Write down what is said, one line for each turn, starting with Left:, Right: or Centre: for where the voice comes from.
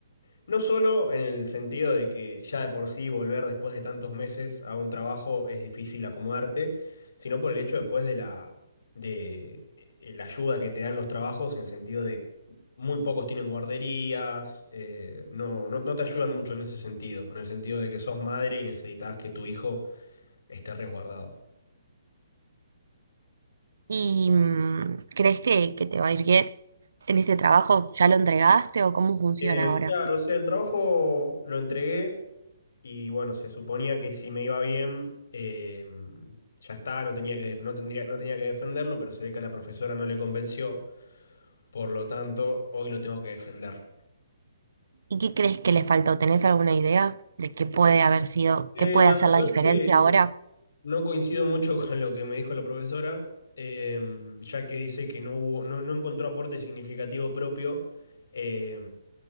Left: No solo en el sentido de que ya de por sí volver después de tantos meses a un trabajo es difícil acomodarte, sino por el hecho después de la, de eh, la ayuda que te dan los trabajos en sentido de muy pocos tienen guarderías, eh, no, no, no te ayudan mucho en ese sentido, en el sentido de que sos madre y necesitas que tu hijo esté resguardado.
Right: ¿Y mm, crees que, que te va a ir bien en este trabajo? ¿Ya lo entregaste o cómo funciona
Left: Eh,
Right: ahora?
Left: claro, o sea, el trabajo lo entregué y bueno, se suponía que si me iba bien, eh, ya está, no tenía que, no tendría, no tenía que defenderlo, pero se ve que a la profesora no le convenció, por lo tanto, hoy lo tengo que defender.
Right: ¿Y qué crees que le faltó? ¿Tenés alguna idea de qué puede haber sido,
Left: Eh,
Right: qué puede
Left: la
Right: hacer
Left: verdad
Right: la diferencia
Left: que
Right: ahora?
Left: no coincido mucho <laughs> con lo que me dijo la profesora, eh, ya que dice que no hubo, no, no encontró aporte significativo propio. eh,